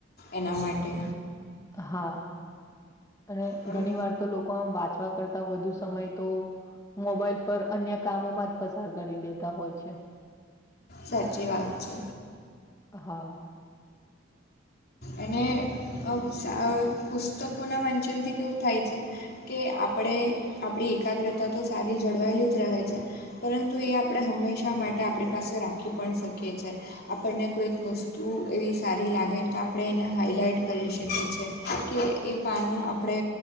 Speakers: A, on the left; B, on the left.
A: એના માટે.
B: હા અને
A: પણ
B: ઘણી વાર તો લોકો આમ વાત કરતા વધુ સમય તો મોબાઈલ પર અન્ય કામોમાં જ પસાર કરી દેતા હોય છે.
A: સાચી વાત છે
B: હા.
A: અને સા પુસ્તકોના માચનેથી કેવું થાય છે કે આપણે આપણી એકાગ્રતા તો સારી જળવાયેલી જ રહે છે પરંતુ એ આપણે હંમેશા માટે આપણી પાસે રાખી પણ શકીએ છીએ. આપણને કોઈક વસ્તુ એવી સારી લાગે તો આપણે એને હાઈલાઇટ કરી શકીએ છી કે એ પાનું આપણે